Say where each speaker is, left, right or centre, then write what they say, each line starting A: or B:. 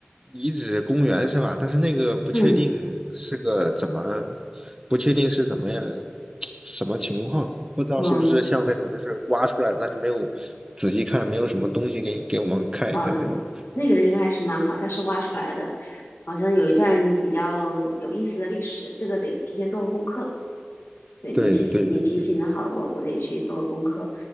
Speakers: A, on the right; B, on the left.
A: 遗址公园是吧？但是那个不确定是个怎么。
B: 嗯
A: 不确定是怎么样什么情况，不知道是不是像那种就是挖出来，
B: 嗯
A: 但是没有仔细看，没有什么东西给给我们看一看那种。
B: 嗯，那个人应该还是蛮好，他是挖出来的，好像有一段比较有意思的历史，这个得提前做个功课。对你提醒你提醒的好，
A: 对对对，就
B: 我我得去做功课。